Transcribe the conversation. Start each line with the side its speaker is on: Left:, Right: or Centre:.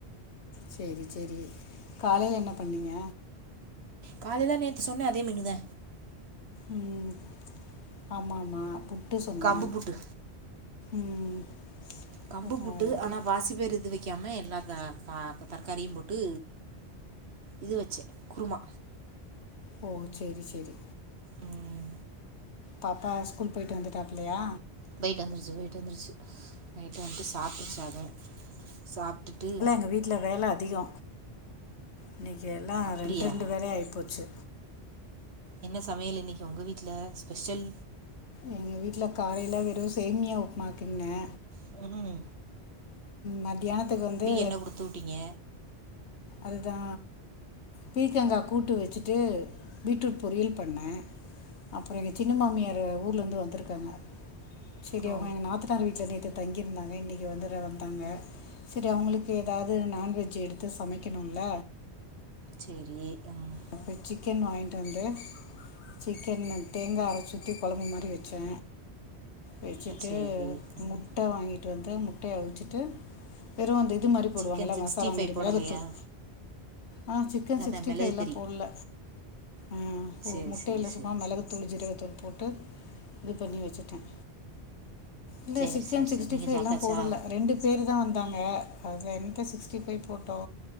Left: சேரி சேரி காலைல என்ன பண்ணீங்க
Right: காலேல நேத்து சொன்ன அதே மெனுதே
Left: ம் ஆமா ஆமா புட்டு சொன்ன
Right: கம்பு புட்டு
Left: ம்
Right: கம்பு
Left: அதான்
Right: புட்டு
Left: இது
Right: ஆனா பாசி பேய்ர் எது வெக்காம எல்லா தர்காரியு போட்டு இது வச்சே குருமா
Left: ஓ சேரி சேரி
Right: ம்
Left: பாப்பா ஸ்கூல் போய்ட்டு வந்துட்டாப்லையா
Right: போய்ட்டு வந்துருச்சு போய்ட்டு வந்துருச்சு போய்ட்டு வன்ட்டு சாப்ட்ருச்சு அதும் சாப்ட்டுட்டு
Left: எங்க வீட்ல வேல அதிகொ இன்னைக்கு எல்லா
Right: அப்படியா
Left: ரெண் ரெண்டு வேலயா ஆய்ப்போச்சு
Right: என்ன சமையல் இன்னைக்கி உங்க வீட்ல ஸ்பெஷல்
Left: எங்க வீட்ல காலைல வெறு சேமியா உப்மா கிண்ட்னே
Right: ஃபஃனாமே
Left: மத்தியானத்துக்கு வந்து
Right: என்ன கொடுத்து விட்டீங்க
Left: அதுதா பீர்க்கங்கா கூட்டு வெச்சுட்டு பீட்ரூட் பொரியல் பண்ண அப்றொ எங்க சின்ன மாமியார் ஊர்லருந்து வந்திருக்காங்க செரி
Right: ஓ
Left: அவுங்க எங்க நாத்தனார் வீட்டுல நேத்து தங்கிருந்தாங்க இன்னைக்கு வந்துர வந்தாங்க செரி அவங்களுக்கு எதாவது நான்வெஜ் எடுத்து சமைக்கணுல
Right: சேரி ம்
Left: ப்ப சிக்கன் வாய்ன்ட்டு வந்து சிக்கன் தேங்கா அரைச்சூத்தி கொழம்பு மாரி வெச்சோ வெச்சுட்டு
Right: சரி ம்
Left: முட்ட வாங்கிட்டு வந்து முட்டய அவிச்சிட்டு வெறு அந்த இது மாரி போடுவாங்களா
Right: சிக்கன் சிக்ஸ்டி
Left: மசாலா
Right: ஃபைவ்
Left: மாரி
Right: போடலையா
Left: மிளகுத்தூள் ஆ சிக்கன்
Right: அதான்
Left: சிக்ஸ்டி
Right: மிளகு
Left: ஃபைலா
Right: கறி
Left: போட்ல ம்
Right: சரி
Left: ஒர் முட்டைல
Right: சரி சரி
Left: சும்மா மிளகு தூள் ஜீரக தூள் போட்டு இது பண்ணி வச்சட்டேன் இல்ல
Right: சரி
Left: சிக்கன்
Right: சரி
Left: சிக்ஸ்
Right: சரி
Left: டி
Right: நீங்கள்
Left: பைவ்
Right: சாப்பிட்டாச்சா
Left: ல போடல ரெண்டு சேர்ந்துதா வந்தாங்க அதுல என்னத்த சிக்ஸ்டி ஃபை போட்டோ